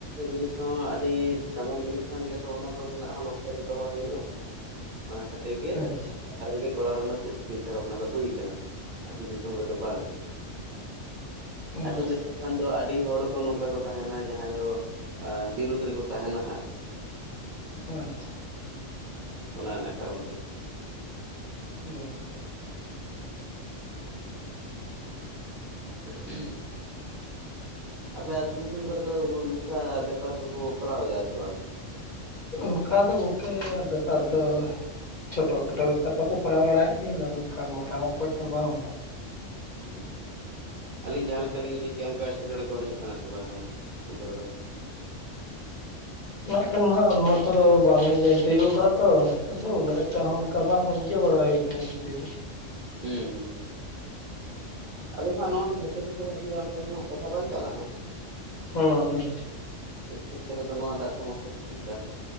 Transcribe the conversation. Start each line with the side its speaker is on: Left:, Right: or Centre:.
Right: ᱡᱤᱱᱤᱥ ᱟᱹᱰᱤ ᱫᱟᱢᱟᱱ ᱡᱤᱱᱤᱥ ᱠᱟᱱ ᱜᱮᱭᱟ ᱛᱚ ᱚᱱᱟ ᱠᱚᱨᱮᱱᱟᱜ ᱦᱚᱸ ᱞᱚᱠᱠᱷᱚ ᱫᱚ ᱫᱚᱦᱚᱭ ᱦᱩᱭᱩᱜᱼᱟ ᱚᱱᱟ ᱠᱷᱟᱛᱤᱨ ᱜᱮ
Left: ᱟᱪᱪᱷᱟ
Right: ᱵᱟᱦᱨᱮ ᱨᱮᱜᱮ ᱠᱚᱨᱟᱣ ᱨᱮᱱᱟᱜ ᱠᱩ ᱪᱤᱱᱛᱟᱹ ᱵᱷᱟᱵᱽᱱᱟ ᱫᱚ ᱦᱩᱭ ᱠᱟᱱᱟ ᱟᱛᱩ ᱫᱤᱥᱚᱢ ᱨᱮᱫᱚ ᱵᱟᱝᱟ
Left: ᱟᱪᱪᱷᱟ
Right: ᱟᱛᱩ ᱫᱤᱥᱚᱢ ᱠᱷᱟᱱ ᱫᱚ ᱟᱰᱤ ᱦᱚᱲ ᱠᱚ ᱱᱚᱝᱠᱟ ᱠᱚ ᱛᱟᱦᱮᱱᱟ ᱡᱟᱦᱟᱸᱭ ᱫᱚ ᱚ ᱵᱤᱨᱩᱫᱽ ᱨᱮᱠᱚ ᱛᱟᱦᱮᱱᱟ ᱦᱟᱸᱜ
Left: ᱟᱪᱪᱷᱟ
Right: ᱚᱱᱟ ᱱᱟ ᱠᱟᱨᱚᱱ ᱛᱮᱜᱮ
Left: ᱦᱩᱸ
Right: ᱚᱸᱜ ᱩᱦᱩᱸ ᱦᱩᱸ ᱟᱯᱮ ᱟᱛᱩ ᱫᱤᱥᱚᱢ ᱠᱚᱨᱮ ᱫᱚ ᱚ ᱵᱚ ᱱᱩᱠᱟ ᱵᱮᱯᱟᱨ ᱠᱚᱠᱚ ᱠᱚᱨᱟᱣᱮᱫᱟ ᱥᱮ ᱵᱟᱝ
Left: ᱚᱱᱠᱟ ᱫᱚ ᱜᱚᱝᱠᱮ ᱵᱮᱯᱟᱨ ᱫᱚ ᱪᱷᱚᱴᱚ ᱠᱷᱟᱴᱚ ᱵᱮᱯᱟᱨ ᱫᱚᱠᱚ ᱠᱚᱨᱟᱣ ᱵᱟᱲᱟᱭᱮᱫ ᱜᱮᱭᱟ ᱱᱚᱠᱟ ᱢᱟᱨᱟᱝ ᱚᱠᱚᱡ ᱫᱚ ᱵᱟᱝ
Right: ᱩᱸᱻ ᱟᱞᱤᱧ ᱡᱟᱦᱟᱸ ᱞᱮᱠᱟ ᱞᱤᱧ ᱞᱟᱹᱭ ᱠᱮᱜᱼᱟ ᱚᱱᱠᱟ ᱥᱮᱴᱠᱮᱴᱬᱮ ᱠᱚ ᱦᱟᱡᱩᱜ ᱠᱟᱱᱟ ᱥᱮ ᱵᱟᱝ ᱟᱛᱩ ᱠᱚᱨᱮ ᱫᱚ
Left: ᱩᱱᱟᱜ ᱠᱷᱟᱱ ᱢᱟᱦᱟᱜ ᱚᱱᱟ ᱠᱚᱫᱚ ᱵᱟᱝ ᱞᱤᱧ ᱧᱮᱞ ᱛᱤᱭᱩᱜ ᱠᱟᱜ ᱛᱚ ᱟᱫᱚ ᱩᱱᱟ ᱴᱟᱜ ᱦᱚᱸ ᱚᱱᱠᱟ ᱵᱟᱝ ᱤᱭᱟᱹᱣ ᱵᱟᱲ ᱟᱭ ᱠᱟᱱᱟ ᱡᱩᱫᱤ
Right: ᱦᱩᱸ ᱦᱩᱸ ᱟᱫᱚ ᱦᱟᱸᱜ ᱱᱚᱣᱟ ᱫᱚ ᱡᱚᱛᱚ ᱪᱮᱛᱨᱚ ᱦᱩᱭᱩᱜᱼᱟ ᱚᱱᱠᱟ ᱫᱚ ᱦᱟᱸᱜ ᱠᱟᱛᱷᱟ ᱵᱟᱝ ᱠᱟᱱᱟ ᱦᱟᱸᱜ
Left: ᱦᱩᱸ ᱦᱩᱸ
Right: ᱠᱷᱮᱛ ᱨᱮᱫᱚ ᱱᱚᱣᱟ ᱴᱟᱜ ᱥᱚᱢᱚᱥᱥᱟ ᱛᱤᱸᱜᱩᱱ ᱠᱟᱱᱟ